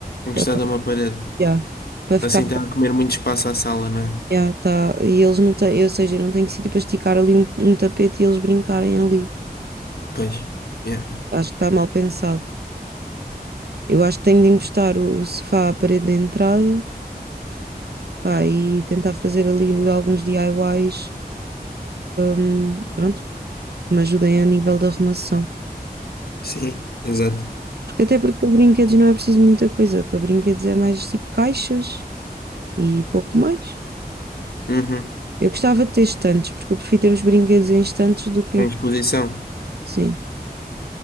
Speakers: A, on the left; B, on the right.
A: encostado
B: ah,
A: a uma parede.
B: Yeah. Para ficar
A: Assim está a comer muito espaço à sala, não é?
B: Yeah, tá. E eles não têm, ou seja, eu não tenho sítio para esticar ali um, um tapete e eles brincarem ali.
A: Pois. yeah.
B: Acho que está mal pensado. Eu acho que tenho de encostar o, o sofá à parede da entrada, pá, e tentar fazer ali alguns DIYs, hum, pronto, que me ajudem a nível da arrumação.
A: Sim, exato.
B: Porque até porque para brinquedos não é preciso muita coisa. Para brinquedos é mais tipo caixas e pouco mais.
A: Uhum.
B: Eu gostava de ter estantes, porque eu prefiro ter os brinquedos em estantes do que
A: Em
B: em...
A: exposição.
B: Sim.